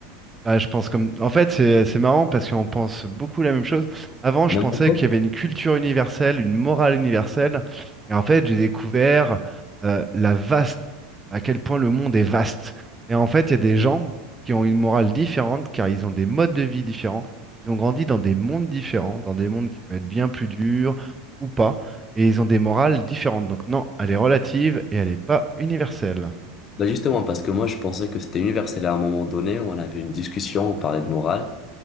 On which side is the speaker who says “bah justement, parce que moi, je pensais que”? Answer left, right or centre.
Left